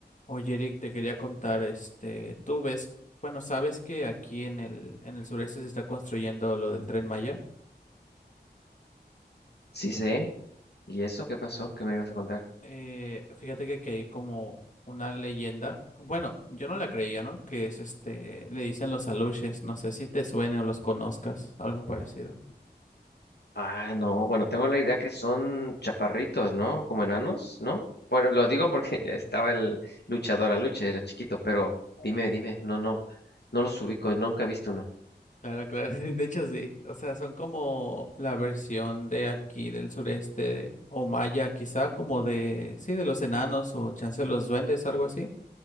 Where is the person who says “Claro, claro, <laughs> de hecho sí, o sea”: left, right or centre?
Left